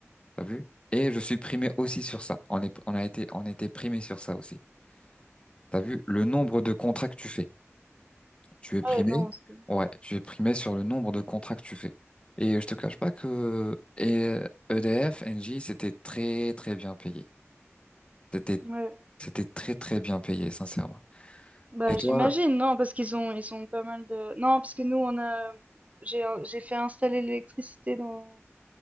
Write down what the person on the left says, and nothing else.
T'as vu? Et je suis primé aussi sur ça. On est, on a été, on était primé sur ça aussi. T'as vu? Le nombre de contrats que tu fais. Tu es primé.
Ouais, tu es primé sur le nombre de contrats que tu fais. Et je te cache pas que et EDF, Engie, c'était très très bien payé. C'était
c'était très très bien payé, sincèrement.
Et toi?